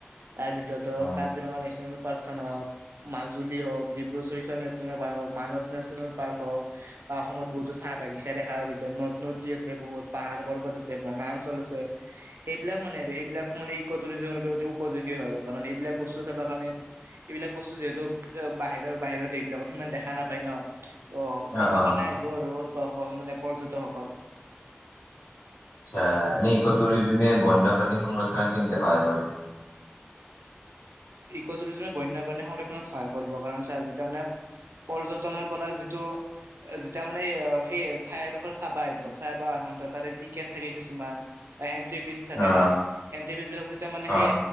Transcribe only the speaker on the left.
অ
অ অ
আচ্ছা এনে ইকটোৰিজিমত বন্য প্ৰাণী সংৰক্ষণ কেনকা সহায় কৰে।
অ
অ